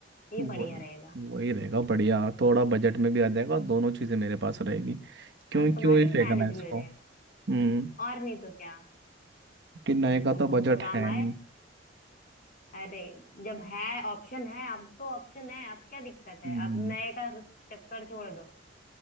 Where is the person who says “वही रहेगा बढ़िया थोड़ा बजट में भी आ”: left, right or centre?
Right